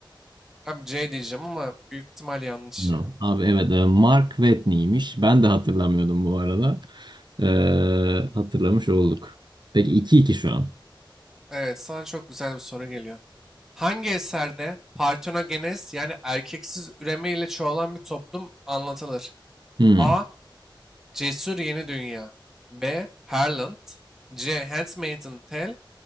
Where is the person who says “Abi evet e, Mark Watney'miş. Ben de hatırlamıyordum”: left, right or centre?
Right